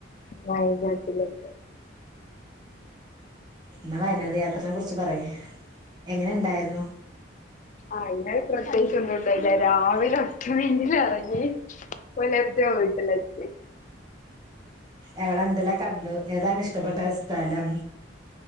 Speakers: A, on the left; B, on the right.
A: വയനാട്ടിലേക്ക്
B: എന്നാ വയനാട് യാത്രനെ കുറിച്ച് പറയ്യ് എങ്ങനെ ഉണ്ടായിരുന്നു
A: ആഹ് ഇന്നലെ പ്രത്യേകിച്ച് ഒന്നും ഉണ്ടായില്ല രാവിലെ ഒക്കെ <unintelligible> എറങ്ങി പുലർച്ചെ വീട്ടിൽ എത്തി
B: എവിടെ എന്തെല്ലാം കണ്ടു ഏതാണ് ഇഷ്ടപ്പെട്ട സ്ഥലം